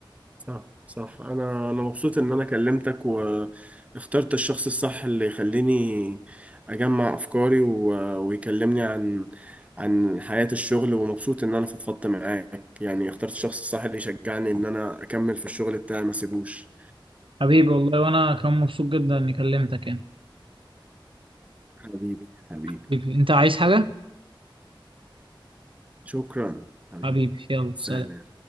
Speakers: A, on the right; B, on the right.
A: صح صح انا انا مبسوط ان انا كلمتك واخترت الشخص الصح اللي يخليني اجمع افكاري و... ويكلمني عن عن حياة الشغل ومبسوط ان انا فضفضت معاك يعني اخترت الشخص الصح اللي يشجعني ان انا اكمل في الشغل بتاعي ما اسيبوش
B: حبيبي والله وانا كان مبسوط جدا اني كلمتك يعني
A: حبيبي حبيبي
B: حبيبي انت عايز حاجة
A: شكرا حبيبي
B: حبيبي يلا
A: سلام
B: سلام